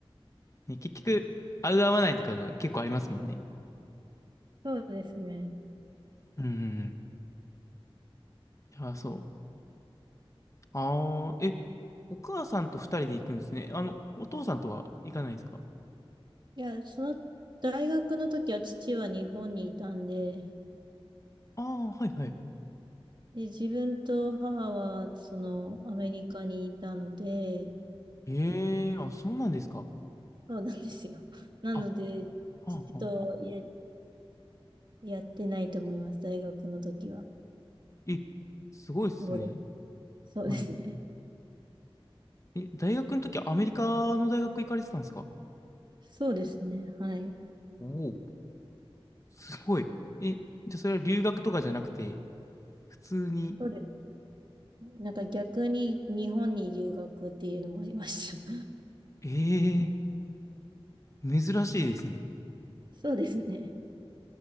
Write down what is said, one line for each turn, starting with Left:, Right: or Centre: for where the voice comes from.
Left: ね、結局、合う合わないとかが結構ありますもんね。
Right: そうですね。
Left: うんうんうん。ああ、そう。ああ、え、お母さんと二人で行くんですね。あの、お父さんとは行かないですか
Right: いや、その、大学の時は父は日本にいたんで、
Left: ああ、はいはい。
Right: で、自分と母は、その、アメリカにいたので、
Left: ええあ、そうなんですか。
Right: そうなんですよ。<laughs> なので、
Left: あ、はあはあ。
Right: 父とや、やってないと思います。大学の時は。
Left: え、すごいっすね。
Right: ゴルフ。そうですね。
Left: はい。え、大学の時アメリカの大学行かれてたんですか
Right: そうですね。はい。
Left: おおー。すごい。え、じゃあそれは留学とかじゃなくて、普通に、
Right: そうです。なんか逆に日本に留学っていうのもありました。
Left: ええ珍しいですね。
Right: <laughs> そうですね。